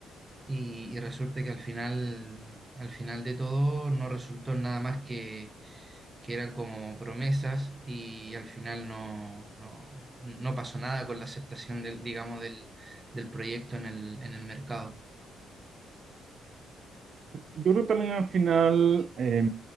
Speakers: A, on the right; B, on the right.
A: y, y resulta que al final, al final de todo no resultó en nada más que, que eran como promesas y al final no, no, no pasó nada con la aceptación del, digamos, del, del proyecto en el, en el mercado.
B: Yo creo que también al final, eh,